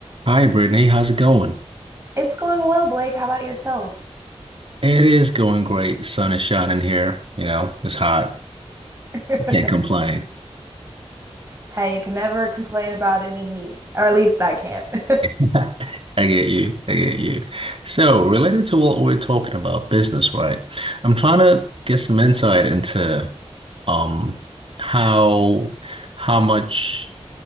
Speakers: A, on the right (about 55°); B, on the right (about 25°).
A: Hi, Brittany. How's it going?
B: It's going well, Blake. How about yourself?
A: It is going great. The sun is shining here. You know, it's hot.
B: <laughs>
A: You can't complain.
B: Hey, you can never complain about any heat, or at least I can't. <laughs>
A: <laughs> I get you. I get you. So, related to what we're talking about, business, right? I'm trying to get some insight into um how how much